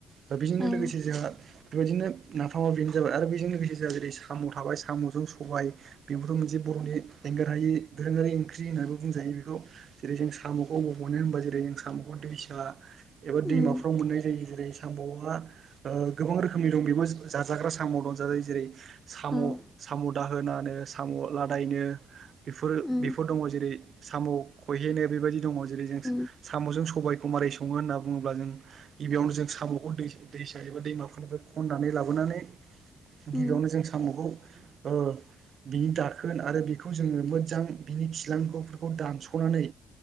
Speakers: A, on the right; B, in the centre.
A: दा बेजोंनो
B: ओम
A: लोगोसे जोंहा बेबायदिनो नाफामा बेनो जाबाय आरो बेजों लोगोसे जोंहा जेरै साम' थाबाय साम'जों सबाय बेफोरथ' मोनसे बर'नि एंगार हायि दोरोङारि ओंख्रि होन्नानबो बुंजायो बेखौ जेरै जों साम'खौ हबाव मोनो होनबा जेरै साम'खौ दैसा एबा दैमाफ्राव
B: ओम
A: मोननाय जायो जेरै सामब'आ ओ गोबां रोखोमनि दं बेबो जाजाग्रा साम' दंजायो जेरै साम'
B: औ ओम
A: साम' दाहोनानो साम'लादायनो बेफोर
B: ओम
A: बेफोर दंङ जेरै साम' खहेनो। बेबायदि दङ जेरै
B: ओम
A: साम'जों सबायखौ मारै सङो होनना बुङोब्ला जों गिबियावनो जों साम'खौ दै-दैसा एबा दैमाफोरनिफ्राय खननानै लाबोनानै गिबियावनो
B: ओम
A: जों साम'खौ ओ बिनि दाखोन आरो बेखौ जोङो मोजां बिनि खिलांगफोरखौ दानस'नानै